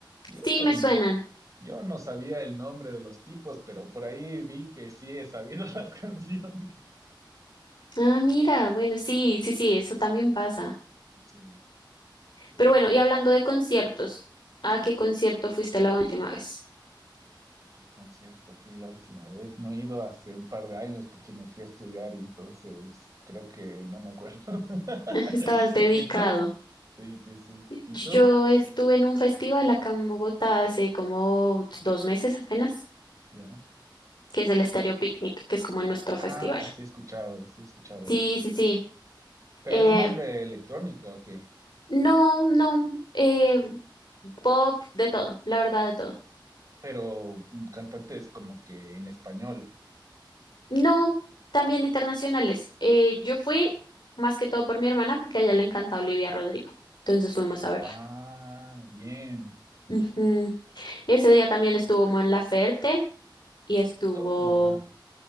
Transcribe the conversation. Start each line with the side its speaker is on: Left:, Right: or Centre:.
Right: Yo
Left: Sí, me
Right: no,
Left: suenan.
Right: yo no sabía el nombre de los tipos, pero por ahí vi que sí he sabido <laughs> las canciones.
Left: Ah, mira, bueno, sí, sí, sí, eso también pasa.
Right: Sí, pero
Left: Pero bueno,
Right: bueno,
Left: y hablando de conciertos, ¿a
Right: sí,
Left: qué
Right: a
Left: concierto fuiste la última vez?
Right: qué concierto fui la última vez. No he ido hace un par de años porque me fui a estudiar y entonces creo que no me acuerdo. <laughs>
Left: <laughs> Estabas
Right: ¿Y
Left: dedicado.
Right: tú? Sí, sí, sí. ¿Y
Left: Yo
Right: tú?
Left: estuve en un festival acá en Bogotá hace como dos meses apenas,
Right: Ya.
Left: que es el Estéreo Picnic, que es como nuestro festival.
Right: Ah, sí he escuchado, sí he escuchado
Left: Sí,
Right: ese.
Left: sí, sí.
Right: Pero
Left: Eh,
Right: es más de electrónica, ¿o qué?
Left: no, no, eh, pop, de todo, la verdad de todo.
Right: Pero mm, cantantes como que en español.
Left: No, también internacionales. Eh, yo fui más que todo por mi hermana porque a ella le encanta Olivia Rodrigo. Entonces fuimos a verla.
Right: Ah, bien.
Left: Ujú. Ese día también estuvo Mon Laferte y estuvo
Right: Toma.